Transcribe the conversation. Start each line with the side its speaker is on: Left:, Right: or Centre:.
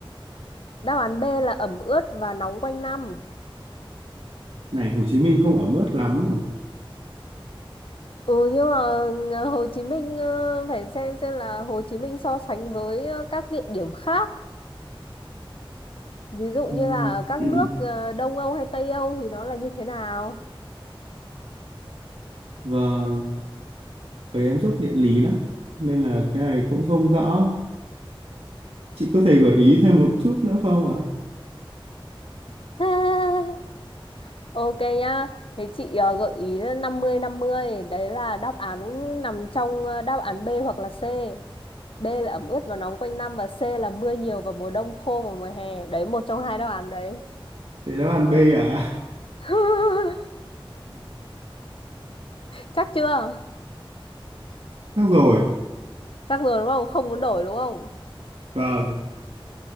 Left: đáp án B là ẩm ướt và nóng quanh năm
Right: Này, Hồ Chí Minh không ở mướt lắm nhỉ.
Left: Ừ nhưng mà ờ, Hồ Chí Minh ờ, phải xem xem là Hồ Chí Minh so sánh với ờ, các địa điểm khác Ví dụ như
Right: Ừm,
Left: là ở các
Right: <clears throat>
Left: nước ờ, Đông Âu hay Tây Âu thì nó là như thế nào?
Right: Vâng, với em rất địa lý lắm nên là cái này cũng không rõ. Chị có thể gợi ý thêm một chút nữa không ạ?
Left: <laughs> Ok nhá. Thế chị ờ, gợi ý là năm mươi năm mươi, đấy là đáp án nằm trong ờ, đáp án B hoặc là C. B là ẩm ướt và nóng quanh năm và C là mưa nhiều vào mùa đông khô vào mùa hè. Đấy một trong hai đáp án đấy.
Right: Để đáp án B ạ.
Left: <laughs> Chắc chưa?
Right: <laughs> Chắc rồi.
Left: Chắc rồi đúng không? Không muốn đổi đúng không?
Right: Vâng,